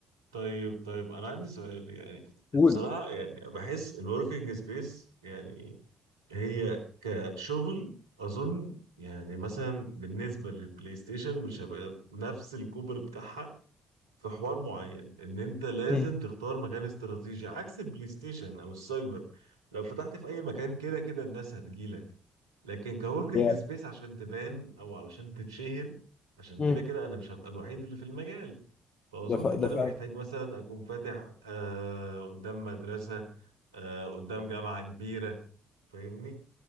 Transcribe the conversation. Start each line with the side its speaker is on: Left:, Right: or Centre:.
Right: طيب طيب انا عندي سؤال يعني
Left: قول
Right: بصراحه يعني بحس الوركينج سبيس يعني هي كشغل اظن يعني مثلا بالنسبه للبلاي ستيشن مش هيبقى نفس الكوبر بتاعها في حوار معين ان انت لازم
Left: مم.
Right: تختار مكان استراتيجي عكس البلاي ستيشن او السايبر لو فتحت في اي مكان كده كده الناس هتجيلك لكن كوركينج
Left: يا.
Right: سبيس عشان تبان او علشان تتشهر عشان
Left: مم.
Right: كده كده انا مش هبقى الوحيد اللي في المجال فاظن
Left: ده ف... ده
Right: ان انا
Left: فاهم
Right: محتاج مثلا اكون فاتح آه قدام مدرسة آه قدام جامعة كبيرة فاهمني